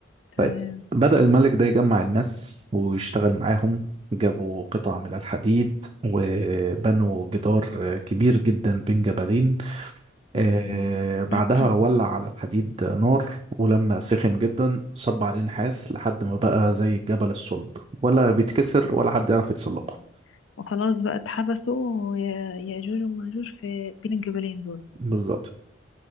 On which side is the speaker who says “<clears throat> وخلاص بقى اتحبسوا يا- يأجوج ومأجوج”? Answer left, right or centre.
Left